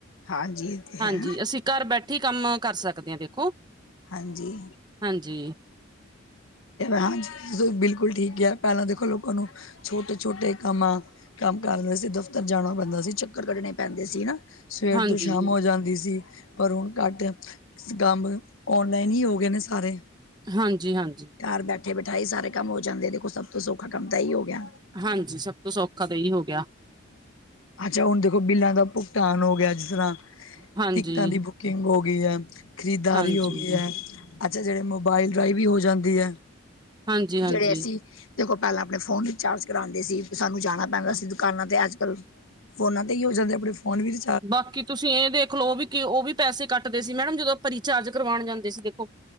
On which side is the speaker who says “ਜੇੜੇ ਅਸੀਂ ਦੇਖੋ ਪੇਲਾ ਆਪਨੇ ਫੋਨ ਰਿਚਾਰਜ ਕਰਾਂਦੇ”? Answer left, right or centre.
Left